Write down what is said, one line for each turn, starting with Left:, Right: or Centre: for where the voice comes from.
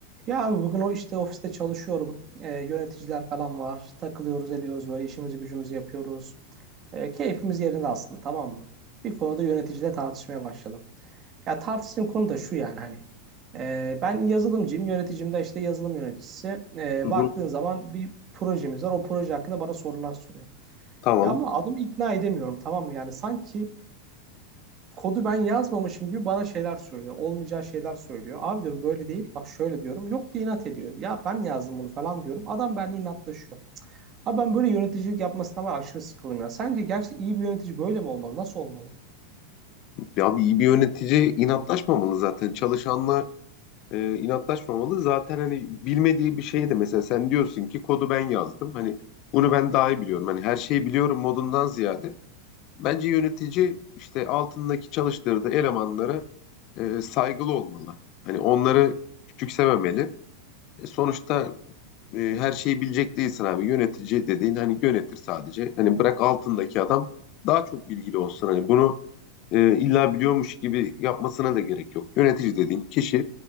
Right: Ya abi bugün o işte ofiste çalışıyorum. Ee, yöneticiler falan var. Takılıyoruz, ediyoruz böyle işimizi gücümüzü yapıyoruz. Ee, keyfimiz yerinde aslında tamam mı? Bir konuda yöneticiyle tartışmaya başladım. Ya tartıştığım konu da şu yani hani e, ben yazılımcıyım, yöneticim de işte yazılım yöneticisi. E,
Left: Hı
Right: baktığın
Left: hı,
Right: zaman bir projemiz var. O proje hakkında bana sorular soruyor.
Left: Tamam.
Right: Ya ama adamı ikna edemiyorum tamam mı? Yani sanki kodu ben yazmamışım gibi bana şeyler söylüyor. Olmayacağı şeyler söylüyor. Abi diyorum böyle değil. Bak şöyle diyorum. Yok diye inat ediyor. Ya ben yazdım bunu falan diyorum. Adam benimle inatlaşıyor. Abi ben böyle yöneticilik yapmasına var aşırı sıkıldım ya. Sence gerçi iyi bir yönetici böyle mi olmalı? Nasıl olmalı?
Left: Ya bir, bir yönetici inatlaşmamalı zaten. Çalışanla e, inatlaşmamalı. Zaten hani bilmediği bir şey de mesela sen diyorsun ki kodu ben yazdım. Hani bunu ben daha iyi biliyorum. Hani her şeyi biliyorum modundan ziyade. Bence yönetici işte altındaki çalıştırdığı elemanlara e, saygılı olmalı. Hani onları küçümsememeli. E, Sonuçta e, her şeyi bilecek değilsin abi. Yönetici dediğin hani yönetir sadece. Hani bırak altındaki adam daha çok bilgili olsun. Hani bunu e, illa biliyormuş gibi yapmasına da gerek yok. Yönetici dediğin kişi